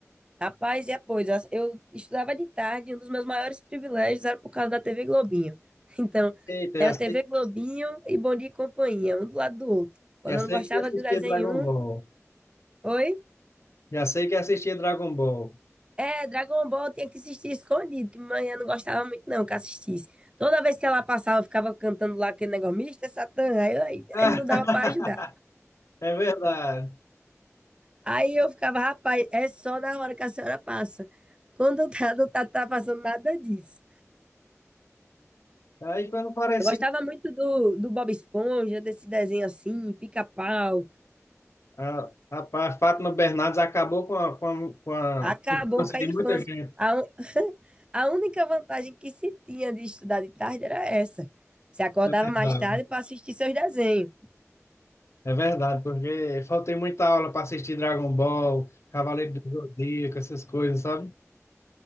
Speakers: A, on the right (about 20°); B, on the left (about 60°).
A: Rapaz, e a coisa, eu estudava de tarde, e um dos meus maiores privilégios era por causa da TV Globinho. <laughs> Então,
B: Eita,
A: era
B: já sei,
A: TV Globinho e Bom Dia e Companhia, um do lado do outro. Quando
B: já
A: eu
B: sei
A: não gostava
B: que assistia
A: do desenho
B: Dragon Ball.
A: um, oi?
B: Já sei que assistia Dragon Ball.
A: É, Dragon Ball tinha que assistir escondido, que manhã não gostava muito não que assistisse. Toda vez que ela passava, eu ficava cantando lá aquele negócio, Mr. Satan, aí, eu- aí
B: <laughs>
A: aí não dava pra ajudar.
B: É verdade.
A: Aí eu ficava, rapaz, é só na hora que a senhora passa. Quando tá, não tá, tá passando nada disso.
B: Aí quando parecia,
A: Eu gostava muito do, do Bob Esponja, desse desenho assim, pica-pau.
B: a, a, a Fátima Bernardes acabou com a, com a, com a
A: Acabou
B: infância
A: com
B: de
A: a infância.
B: muita gente.
A: A, un- a única vantagem que se tinha de estudar de tarde era essa. Você acordava
B: É verdade.
A: mais tarde para assistir seus desenhos.
B: É verdade, porque faltei muita aula para assistir Dragon Ball, Cavaleiro do Zodíaco, essas coisas, sabe?